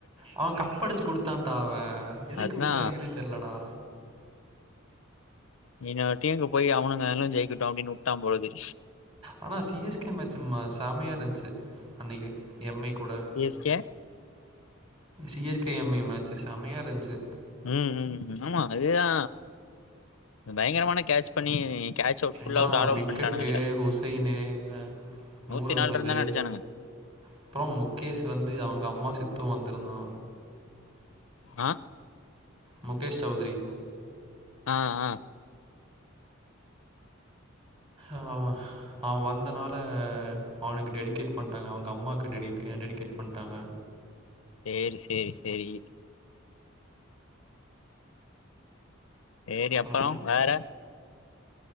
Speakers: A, on the right; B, on the left.
A: அவ கப்படிச்சு குடுத்தான்டா அவ எதுக்கு
B: அதா
A: விட்டானுங்கன்னே தெரிலடா
B: நீனு அவ டீம்க்கு போய் அவனு நானு ஜெயிக்கிட்டு அப்டின்னு உட்டா போலருக்கு
A: ஆனா சி எஸ் கே மேட்ச்சு ம செம்மைய இருந்துச்சு து அன்னைக்கு எம் ஐ கூட
B: C S K
A: C S K M I match செமையா இருன்ச்சு
B: ம் ம் ஆமா அதுதா பயங்கரமான கேட்ச் பண்ணி கேட்ச் அவுட் ஃபுல்
A: இதா
B: அவுட் ஆல் அவுட்
A: விக்கட்டு
B: பண்ட்டானுங்கல்ல
A: ஹுசைனு இவ
B: நூத்தி
A: மூ ரகமது
B: நாலு ரன் தான அடிச்சானுங்க
A: அப்ரோ முகேஷ் வந்து அவங்க அம்மா செத்து வந்திருந்தா
B: ஆ
A: முகேஷ் சௌத்ரி
B: ஆ ஆ
A: ஆ அவ வந்தனால அவனுக்கு டெடிகேட் பண்ணிட்டாங்க அவங்க அம்மாக்கு டெடி டெடிகேட் பண்ட்டாங்க
B: சேரி சேரி சேரி சேரி
A: அப்புறம்
B: அப்பரோ வேற